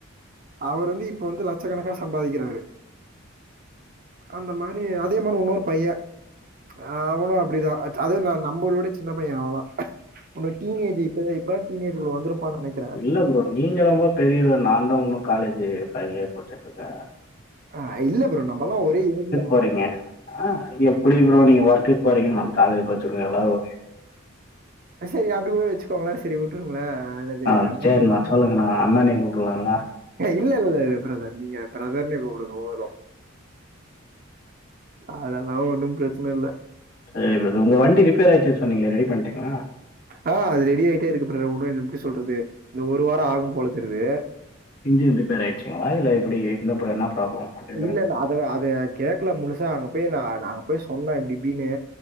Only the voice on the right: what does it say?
அவர் வந்து இப்ப வந்து லட்சக்கணக்கா சம்பாதிக்கிறாரு அந்த மாரி அதே மாரி இன்னொரு பைய ஆ அவனு அப்டிதா அது நம்மளோட சின்ன பைய அவலா உன்ன டீனேஜ் இப்ப இப்ப டீனேஜ்ல வந்துருப்பான் நினைக்
ஆ இல்ல ப்ரோ நம்மல்லா ஒரே ஏஜ் தா
செரி அப்டி கூட வெச்சுக்கோங்களே செரி உட்டுருங்களேன் ஆனது
மத்த
இல்லல்லல்ல பிரதர் நீங்க பிரதர்னே கூப்டுங்க போது அதெல்லா ஒன்னு பிரச்சன இல்ல
அ அது ரெடி ஆயிட்டே இருக்கு பிரதர் உன்ட எப்டி சொல்றது இன்னு ஒரு வாரோ ஆகு போல தெரியுது
இல்ல இல்ல அதுவ அது கேக்கல முழுசா அங்க போய் நா நாங்க போய் சொன்னோ இப்டி இப்டின்னு